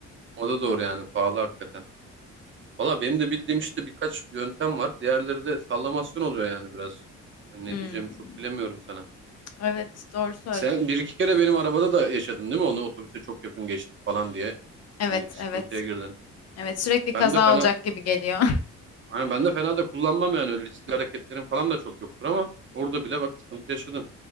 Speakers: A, on the right (about 40°); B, on the left (about 55°).
A: O da doğru yani pahalı hakikaten. Valla benim de bildiğim işte birkaç yöntem var. Diğerleri de sallamasyon oluyor yani biraz. Hani ne
B: Hmm,
A: diyeceğimi çok bilemiyorum sana.
B: Evet doğru söylüyorsun.
A: Sen bir iki kere benim arabada da yaşadın değil mi? Onu otobüse çok yakın geçtik falan diye
B: Evet
A: bir sıkıntıya
B: evet.
A: girdin.
B: Evet sürekli kaza
A: Ben de fena
B: olacak gibi geliyor.
A: hani ben de fena da kullanmam yani öyle riskli hareketlerim falan da çok yoktur ama orada bile bak sıkıntı yaşadın.